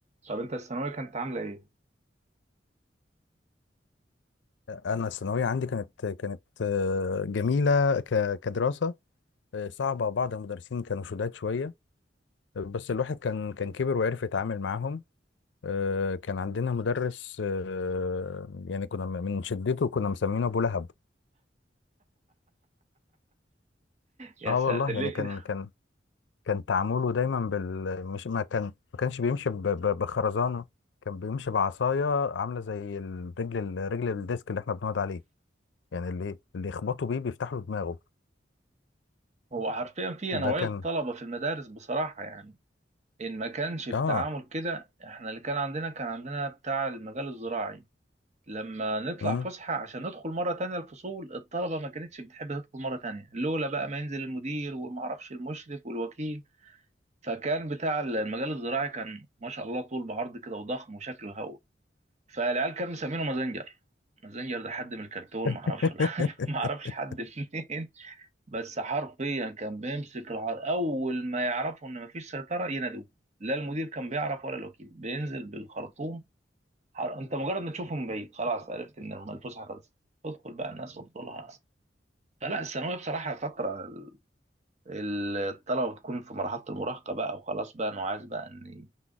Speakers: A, on the right; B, on the left.
A: طب انت الثانوية كانت عاملة ايه؟
B: انا الثانوية عندي كانت كانت آه، جميلة ك- كدراسة آه، صعبة بعض المدرسين كانوا شداد شوية آه، بس الواحد كان كان كبر وعرف يتعامل معاهم آه، كان عندنا مدرس آه، يعني كنا من شدته كنا مسمينه ابو لهب
A: يا
B: اه
A: ساتر
B: والله
A: ليه
B: يعني كان
A: كده
B: كان كان تعامله دايما بال مش ما كان ما كانش بيمشي ب... ب... بخرزانه كان بيمشي بعصايه عامله زي الرجل الرجل الديسك اللي احنا بنقعد عليه يعني اللي اللي يخبطوا بيه بيفتح له دماغه
A: هو حرفيا في
B: ده
A: نوعية
B: كان
A: طلبة في المدارس بصراحة يعني إن ما كانش التعامل
B: اه
A: كده إحنا اللي كان عندنا كان عندنا بتاع المجال الزراعي لما نطلع
B: امم
A: فسحة عشان ندخل مرة تانية الفصول الطلبة ما كانتش بتحب تدخل مرة تانية لولا بقى ما ينزل المدير ومعرفش المشرف والوكيل فكان بتاع المجال الزراعي كان ما شاء الله طول بعرض كده وضخم وشكله هو فالعيال كانوا مسمينه مازنجر مازنجر ده حد من الكرتون معرفش
B: <laughs>
A: <laughs> معرفش حد منين بس حرفيا كان بيمسك الع... اول ما يعرفوا ان مفيش سيطره ينادوه لا المدير كان بيعرف ولا الوكيل بينزل بالخرطوم حر... انت مجرد ما تشوفه من بعيد خلاص عرفت ان الفسحه خلصت تدخل بقى الناس وتطلها فلا الثانويه بصراحه فتره ال- الطلبه بتكون في مرحله المراهقه بقى وخلاص بقى انه عايز بقى ان